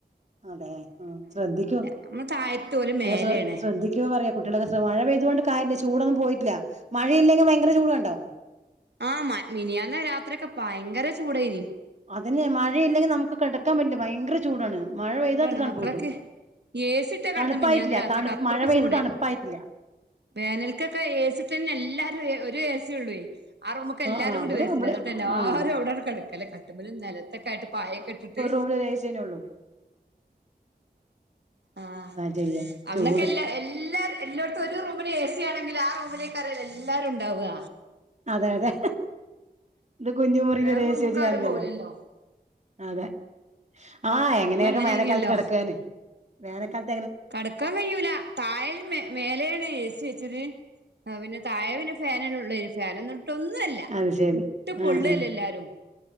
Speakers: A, on the right (about 40°); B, on the right (about 75°).
A: അതെ ആ ശ്രദ്ധിക്കൂ
B: നമ്മള് താഴത്ത് ഓല് മേലെയാണ്
A: അ ശ്ര ശ്രദ്ധിക്കൂ ന്ന് പറയാ കുട്ടികളൊക്കെ മഴ പെയ്ത കൊണ്ട് കാര്യല്ല ചൂടൊന്നും പോയിട്ടില്ല മഴയില്ലെങ്കിൽ ഭയങ്കര ചൂട് കണ്ടോ
B: ആഹ മ മിനിയന്ന് രാത്രിയോക്കെ ഭയങ്കര ചൂടെനി
A: അതിന് മഴയില്ലെങ്കിൽ നമുക്ക് കിടക്കാൻ പറ്റില്ല ഭയങ്കര ചൂടാണ് മഴ പെയ്താ
B: ചൂടാണ്
A: തണുപ്പ്
B: മക്കളൊക്കെ
A: കിട്ടും
B: ഏസിട്ടാ കിടന്ന
A: തണുപ്പായിട്ടില്ല
B: മിനിയാന്ന് രാത്രിയോക്കെ
A: തണു
B: അത്രൊക്
A: മഴ പെയ്ത്
B: ചൂട്
A: തണുപ്പായിട്ടില്ല
B: വേനൽക്കൊക്കെ എസിട്ടന്നെ എല്ലാരും ഒരു എസിയൊന്നെള്ളൂ ആ റൂമൊക്കെ എല്ലാരും
A: ആ
B: കൂടി
A: ഇവിടെ
B: വരില്ല
A: ഇവിടെ
B: എന്നിട്ട് എല്ലാരുംഅവിടങ്ങട്ട്
A: ആ
B: കിടക്കൽ കട്ടുമ്മലും നിലത്തൊക്കൊയിട്ട് പായൊക്കെ ഇട്ടിട്ട്
A: ഇവിടെയൊരു എസി <inaudible> ഉള്ളു
B: ആഹ
A: ചെയ്യാ
B: അന്നൊക്കെ
A: ചൂട്
B: എല്ലാ എല്ലാ എല്ലായിടത്തും ഒരു റൂമില് എസിയണെങ്കിൽ ആ റൂമിലേക്ക് ആണല്ലോ എല്ലാരും ഉണ്ടാവുക
A: അതെ അതെ ഇ കുഞ്ഞി മുറിൽ
B: വേറെ
A: ഒരു എസി
B: റൂമ്ക്ക്
A: കാര്യരിക്കല്ലോ
B: ആരും പോവുലല്ലോ
A: അതെ ആഹ് എങ്ങനെയൊക്കെ
B: അന്ന് അങ്ങനെയ്നല്ലോ
A: വേനൽക്കാലത്ത് കിടക്കാന് വേനക്കാലത്ത്
B: കടക്കാൻ കഴൂല തായൽ മേലെയാണ് ഏസി വെച്ചത് ആ പിന്നെ താഴെ പിന്നെ ഫാനലെഉള് ഫാൻഒന്നും ഇട്ട ഒന്നുമല്ല
A: അത് ശരി
B: ചുട്ട് പൊള്ളല്ല
A: ആ ആ
B: എല്ലാരും